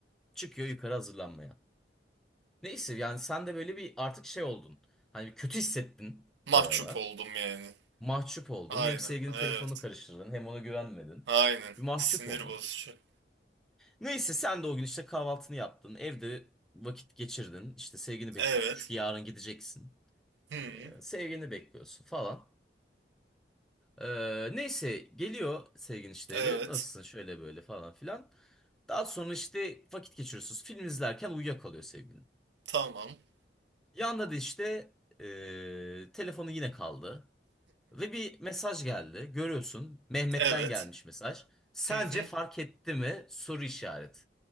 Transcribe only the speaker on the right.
Mahcup
oldum yani.
Aynen,
evet.
Aynen.
Sinir
bozucu.
Evet.
Hmm.
Evet.
Tamam.
Evet.
Hı hı.